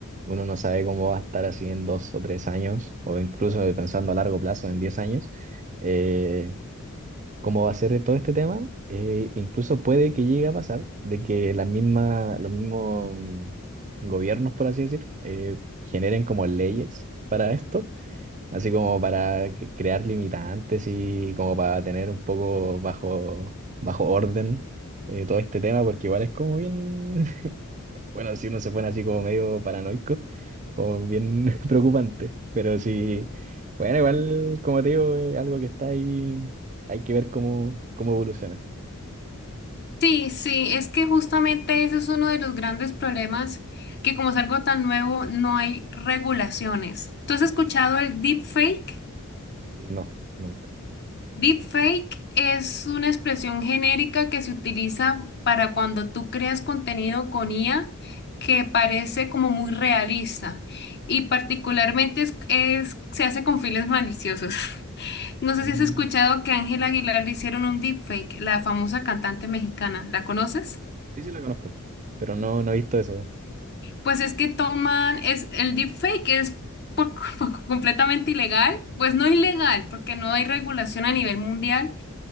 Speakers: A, on the right; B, on the left.
A: uno no sabe cómo va a estar así en dos o tres años, o incluso pensando a largo plazo, en diez años, eh, cómo va a ser todo este tema, eh, incluso puede que llegue a pasar de que las mismas, los mismos mm, gobiernos, por así decir, eh, generen como leyes para esto, así como para que- crear limitantes y como para tener un poco bajo, bajo orden eh, todo este tema, porque igual es como bien, <laughs> Bueno, si uno se pone así como medio paranoico, como bien <laughs> preocupante, pero sí, bueno, igual, como te digo, es algo que está ahí, hay que ver cómo, cómo evoluciona.
B: Sí, sí, es que justamente ese es uno de los grandes problemas, que como es algo tan nuevo, no hay regulaciones. ¿Tú has escuchado el deepfake?
A: No, nunca.
B: Deepfake es una expresión genérica que se utiliza para cuando tú creas contenido con IA que parece como muy realista y particularmente es, es- se hace con fines maliciosos. <laughs> No sé
A: Mm,
B: si has escuchado que a Ángela Aguilar le hicieron un deepfake, la famosa cantante mexicana. ¿La conoces?
A: sí la conozco, pero no, no he visto eso.
B: Pues es que toman, es, el deepfake es por- <laughs> completamente ilegal, pues no ilegal, porque no hay regulación a nivel mundial